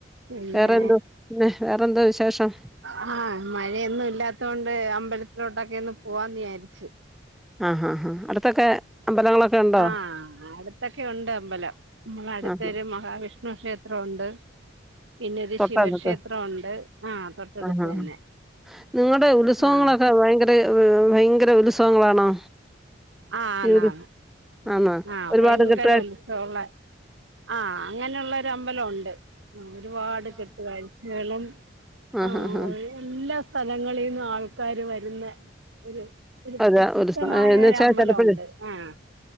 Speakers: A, on the right; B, in the centre.
A: പിന്നെ
B: വേറെന്തോ പിന്നെ വേറെന്തോ വിശേഷം
A: ആഹ് മഴയൊന്നും ഇല്ലാത്ത കൊണ്ട് അമ്പലത്തിലോട്ടൊക്കെ ഒന്ന് പോവാന്ന് വിചാരിച്ചു
B: ആഹ് ആഹ് ആഹ് അടുത്തൊക്കെ അമ്പലങ്ങളൊക്കെ ഉണ്ടോ
A: ആഹ് അടുത്തൊക്കെ ഉണ്ട് അമ്പലം നമ്മള് അടുത്തൊരു
B: ആഹ് ഹാ
A: മഹാവിഷ്ണു ക്ഷേത്രം ഉണ്ട് പിന്നെ ഒരു
B: തൊട്ടടുത്ത്
A: ശിവക്ഷേത്രം ഉണ്ട് ആഹ് തൊട്ടടുത്ത്
B: ആഹ് ഹാ
A: തന്നെ
B: നിങ്ങളുടെ ഉത്സവങ്ങളൊക്കെ
A: ആഹ്
B: ഭയങ്കര ഭയങ്കര ഉത്സവങ്ങളാണോ
A: ആഹ് ആന്നാ
B: ഈ ഒരു
A: നാന്ന് ഉം
B: ആന്നോ
A: ആഹ്
B: ഒരുപാട്
A: ഭയങ്കര
B: കെട്ടുകാര്
A: ഉത്സവള്ള ആഹ് അങ്ങനുള ഒരു അമ്പലം ഉണ്ട് ആ ഒരുപാട് കെട്ടുകാഴ്ചകളും ആ
B: ആഹ് ഹാ ഹാ
A: ഒരേ എല്ലാ സ്ഥലങ്ങളിന്നും ആൾക്കാര് വരുന്ന ഒരു ഒരുപ്രസിദ്ധമായ
B: അതെ ഒരു സ എന്ന്
A: ഒര
B: വെച്ചാ
A: മ്പലം
B: ചെലപ്പഴേ
A: ഉണ്ട് ആഹ്